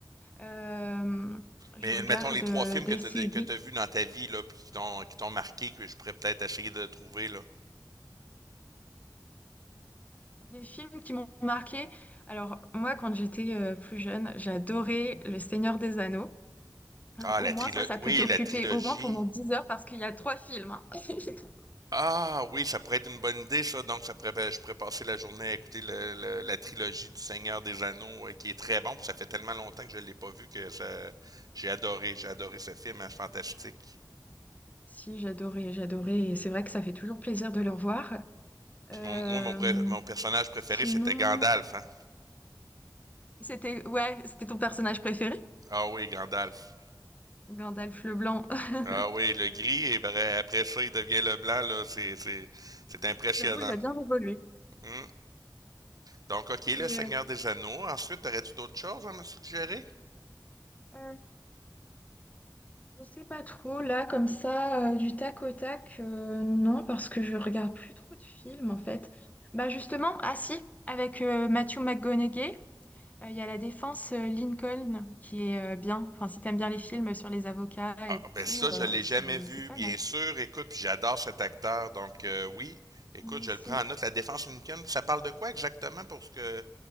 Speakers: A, on the left; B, on the right.
A: Euh, je
B: Mais
A: regarde
B: admettons les
A: euh,
B: trois films
A: des
B: que t'as
A: séries,
B: dé- que t'as vus dans ta vie, là, puis qui t'ont qui t'ont marqué, que je pourrais peut-être essayer de trouver, là.
A: des films qui m'ont marqué. Alors moi quand j'étais euh, plus jeune, j'adorais Le Seigneur des Anneaux.
B: Ah,
A: Au
B: la
A: moins
B: trilogie.
A: ça, ça
B: Oui,
A: peut t'occuper
B: la trilogie.
A: au moins pendant 10 heures parce qu'il y a trois films. hein. <laughs>
B: Ah oui, ça pourrait être une bonne idée, ça. Donc, ça pourrait, ben, je pourrais passer la journée à écouter le- le- la trilogie du Seigneur des Anneaux, euh, qui est très bon. Puis ça fait tellement longtemps que je l'ai pas vu que ça, j'ai adoré, j'ai adoré ce film, hein, c'est fantastique.
A: Si, j'adorais, j'adorais. Et c'est vrai que ça fait toujours plaisir de le revoir.
B: Puis
A: Euh,
B: mon, moi, mon, pré- mon personnage préféré,
A: sinon...
B: c'était Gandalf. Hein?
A: C'était ouais, c'était ton personnage préféré?
B: Ah oui, Gandalf.
A: Gandalf le Blanc. <laughs>
B: Ah oui, le gris, et vrai- après ça, il devient le blanc, là. C'est, c'est, c'est impressionnant.
A: J'avoue, il a bien évolué.
B: Hum. Donc, OK, le
A: Et
B: Seigneur
A: euh,
B: des Anneaux. Ensuite, aurais-tu d'autres choses à me suggérer?
A: euh, je sais pas trop, là, comme ça, euh, du tac au tac, euh, non, parce que je regarde plus trop de films, en fait. Bah justement, ah si, avec euh, Matthew McConaughey, euh, il y a La Défense euh, Lincoln, qui est euh, bien. Enfin, si t'aimes bien les films sur les avocats
B: Ah,
A: et
B: ben
A: tout,
B: ça,
A: euh,
B: je l'ai
A: c'est,
B: jamais vu,
A: c'est pas
B: bien
A: mal.
B: sûr. Écoute, puis j'adore cet acteur, donc euh, oui. Écoute,
A: Moi
B: je
A: aussi.
B: le prends en note. La défense Lincoln, ça parle de quoi exactement? pour ce que